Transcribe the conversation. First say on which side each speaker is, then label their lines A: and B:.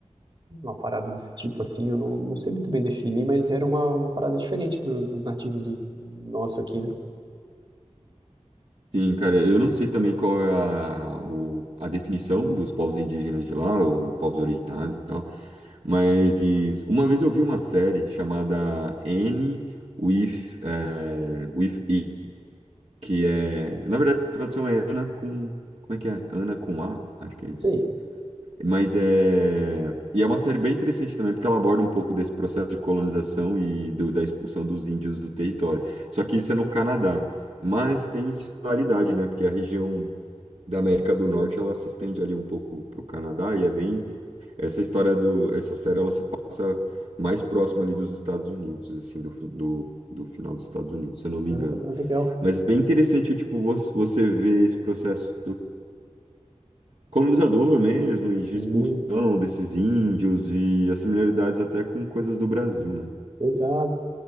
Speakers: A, on the right; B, on the right.
A: uma parada desse tipo, assim, eu não, não sei muito bem definir, mas era uma, uma parada diferente do- dos nativos do nosso aqui, né?
B: sim, cara, eu não sei também qual é a, o- a definição dos povos indígenas de lá, ou povos originários e tal, mas uma vez eu vi uma série chamada N with, eh, with E, que é, na verdade, a tradução é Ana com, como é que é? Ana com A? Acho que é isso.
A: Sei.
B: Mas é. E é uma série bem interessante também, porque ela aborda um pouco desse processo de colonização e do- da expulsão dos índios do território. Só que isso é no Canadá. Mas tem similaridade, né? Porque a região da América do Norte ela se estende ali um pouco para o Canadá e é bem. Essa história do. Essa série ela se passa mais próxima ali dos Estados Unidos, assim, do, fi- do, do final dos Estados Unidos, se eu não me
A: Ah,
B: engano.
A: legal.
B: Mas é bem interessante, tipo, você você ver esse processo colonizador mesmo, e
A: Sim,
B: de expulsão desses índios, e as similaridades até com coisas do Brasil, né?
A: exato.